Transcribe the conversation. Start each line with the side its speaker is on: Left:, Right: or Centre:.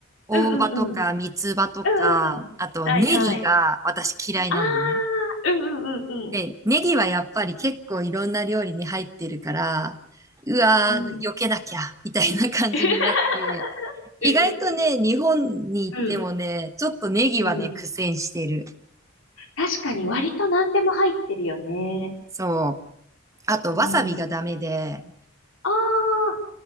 Right: 大葉とか三つ葉とか、
Left: うんうんうん。うんうんうん。
Right: あとネギが私嫌いなのね。
Left: はいはい。ああ、うんうんうん
Right: で、ネギはやっぱり結構いろんな料理に入ってるから、うわー、
Left: うん。うん。
Right: 避けなきゃ、みたいな感じになって、
Left: <laughs>
Right: 意外とね、
Left: うん
Right: 日本に行ってもね、
Left: うんうん。
Right: ちょっとネギはね、
Left: うんうん。
Right: 苦戦してる。
Left: 確かに割と何でも入ってるよね。
Right: そう。あと、
Left: うん。
Right: わさびがダメで、
Left: ああ、